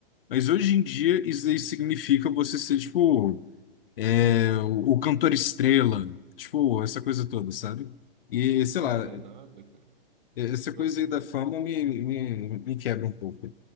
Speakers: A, on the left (about 70°); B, on the right (about 55°).
A: Mas hoje em dia, isso daí significa você ser, tipo, é, o o cantor estrela, tipo, essa coisa toda, sabe? E, sei
B: Ah,
A: lá,
B: é nada, cara.
A: essa
B: Pra
A: coisa
B: tu
A: aí
B: ver,
A: da fama me, me, me quebra um pouco.